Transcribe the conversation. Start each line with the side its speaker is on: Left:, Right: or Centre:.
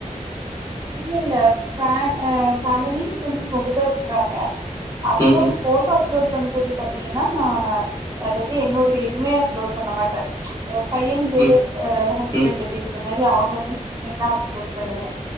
Right: இல்ல இல்ல ஃபே அ ஃபேமிலி ஃபிரண்ட்ஸ் மட்டுந்தா இருக்குறாங்க அப்புறோ
Left: ம் ம்
Right: ஃபோட்டோ அப்லோட் பண்றது பாத்தீங்கன்னா அதாது என்னோடைய எதுமே அப்லோட் பண்ண மாட்ட அ பையனுது
Left: ம்
Right: அ ஹஸ்பண்டுது
Left: ம்
Right: இந்த மாரி அவங்களுடையது எல்லாம் அப்லோட் பண்ணுவ